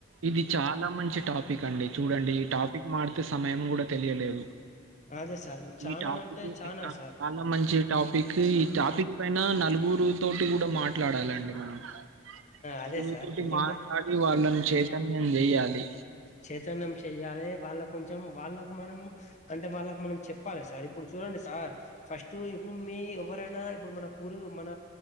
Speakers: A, on the right; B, on the left.
A: ఇది చాలా మంచి టాపిక్ అండి చూడండి. ఈ టాపిక్ మాడితే సమయం కూడా తెలియలేదు.
B: అదే సార్ చానా
A: ఈ టాపిక్
B: అంటే చానా సార్
A: చాలా మంచి టాపిక్ ఈ టాపిక్ పైన నలుగురు తోటి కూడా మాట మాట్లాడాలండి మనం <unintelligible>
B: అదే సార్ ఎందుకంటే
A: మాట్లాడి వాళ్ళని చే చైతన్యం చెయ్యాలి
B: చైతన్యం చెయ్యాలి వాళ్ళ కొంచెం వాళ్ళకు మనం అంటే వాళ్ళకి మనం చెప్పాల సార్ ఇప్పుడు చూడండి సార్ ఫస్ట్ ఇప్పుడు మీ ఎవరైనా ఇప్పుడు మన పూర్వ మన